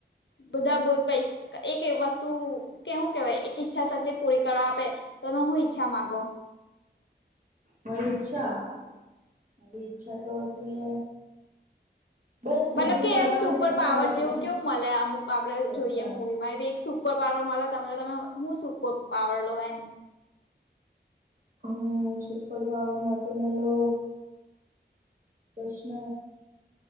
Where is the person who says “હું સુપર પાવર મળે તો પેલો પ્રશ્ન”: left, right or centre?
Right